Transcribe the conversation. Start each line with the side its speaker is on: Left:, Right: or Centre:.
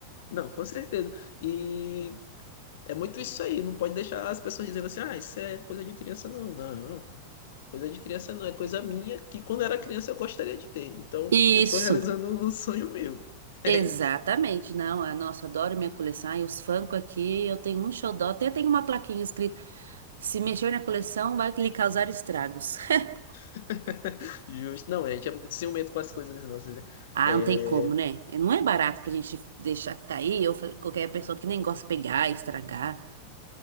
Left: não, com certeza. E é muito isso aí. Não pode deixar as pessoas dizendo assim, ah, isso é coisa de criança, não. Não. Coisa de criança não, é coisa minha que quando era criança eu gostaria de ter. Então
Right: Isso,
Left: eu tô realizando um sonho meu. É
Right: exatamente.
Left: isso.
Right: Não, ah, nossa, adoro minha coleção. E os Funko aqui, eu tenho um xodó, até tem uma plaquinha escrito: se mexer na coleção, vai lhe causar estragos. <laughs>
Left: <laughs> Justo. Não, a gente é muito ciumento com as coisas nossas, né?
Right: Ah,
Left: É...
Right: não tem como, né? Não é barato pra gente deixar cair, ou fa- qualquer pessoa que nem gosta de pegar, estragar.